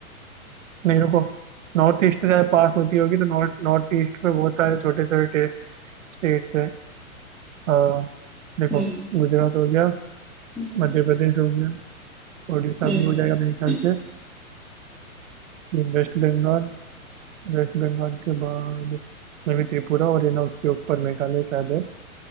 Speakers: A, on the right; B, in the centre.
A: नहीं रुको नॉर्थ ईस्ट से ज्यादा पास होती होगी तो नॉर्थ नॉर्थ ईस्ट में बहुत सारे छोटे छोटे स्टेट्स हैं हाँ देखो
B: हम्म
A: गुजरात हो गया
B: हम्म
A: मध्य प्रदेश हो गया उड़ीसा
B: हम्म
A: भी हो जाएगा मेरे ख्याल
B: <clears throat>
A: से ये वेस्ट बंगाल वेस्ट बंगाल के बाद में भी त्रिपुरा और है ना उसके ऊपर मेघालय शायद है